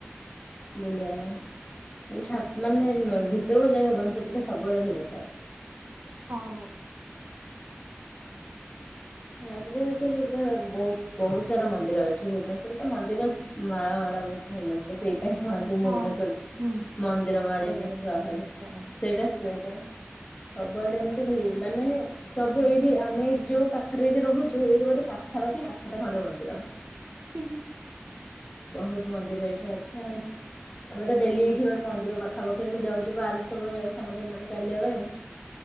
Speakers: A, on the left (about 30°); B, on the right (about 55°).
A: ବୁଲିଆପାଇଁ। <unintelligible> ମାନେ ଭିତରକୁ ଯାଇ ହବନି ସେଟି ତ ସବୁବେଳେ ଭିଡ଼ ଥାଏ।
B: ହଁ।
A: ହଁ ଏବେତ ଏଠି <unintelligible> ବହୁତ ବହୁତ ସାରା ମନ୍ଦିର ଅଛି ଭୁବନେଶ୍ଵର ତ ମନ୍ଦିର ସ ମାଳ ମାଳ ବହୁତ ଫେମସ୍। ତ ସେଇଥି ପାଇଁ କୁହନ୍ତୀ <unintelligible>
B: ହଁ ହୁଁ
A: ମନ୍ଦିର <unintelligible>
B: ମାଳିନୀ
A: ସେଇଟା
B: ସହ
A: ସେଇଟା ହିଁ। ସବୁଆଡ଼େ ଏମିତି ହୁଏ ମାନେ ସବୁ ଏଇଠି ଆମେ ଯୋଉ ପା ପାଖରେ ଏଇଠି ରହୁଛୁ ଏଇଠି ବୋଧେ ପାଖପାଖି ଆଠଟା ଖଣ୍ଡେ ମନ୍ଦିର?
B: <unintelligible>
A: ବହୁତ ମନ୍ଦିର ଏଇଠି ଅଛି ଆଉ। ଆମେ ତ ଡେଲି ଏଇଠି ଗୋଟେ ମନ୍ଦିର ପାଖାପାଖି ଆମ ଯାଉଛୁ ବାହାରକୁ ସବୁବେଳେ ଯାଉ ସାଙ୍ଗ ପିଲାମାନେ ଆମେ ଚାଲିଆ ପାଇଁ।